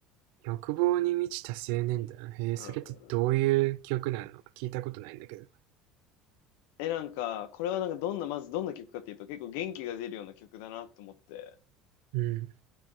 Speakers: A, on the right; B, on the left.
A: 欲望に満ちた青年だえー、
B: うん。
A: それってどういう曲なの聞いたことないんだけど。
B: え、なんか、これはなんかどんな、まずどんな曲かっていうと、結構元気が出るような曲だなと思って。
A: うん。